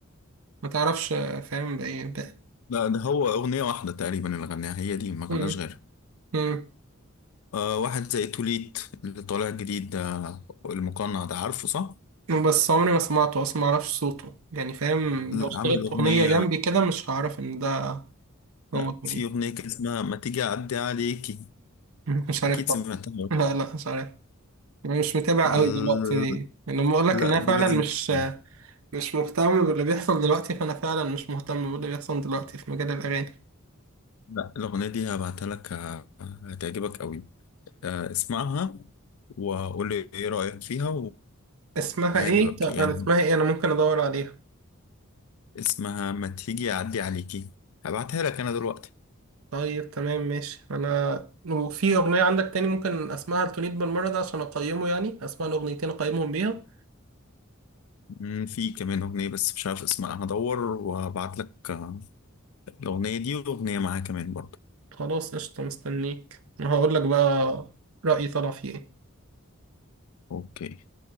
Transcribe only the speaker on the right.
ما تعرفش فاهم بإيه بقى
م-
م.
بس عمري ما سمعته أصلا ما أعرفش صوته يعني فاهم لو اشتغلت
أغنية جنبي كده مش هعرف إن ده
هو كليب
م- مش عارف
بقى.
لا لا مش عارف أنا مش متابع
أوي دلوقتي دي يعني لما أقول لك
إن أنا فعلا
مش
مش مهتم باللي بيحصل دلوقتي فأنا فعلا مش مهتم باللي بيحصل دلوقتي في مجال الأغاني
اسمها
إيه؟
أنا اسمها إيه؟ أنا ممكن أدور عليها
طيب تمام ماشي انا وفي اغنيه عندك تاني ممكن اسمعها لتوليد بالمره ده عشان اقيمه يعني اسمع الاغنيتين اقيمهم بيها
خلاص قشطه مستنيك هقول لك بقى رايي طلع فيه ايه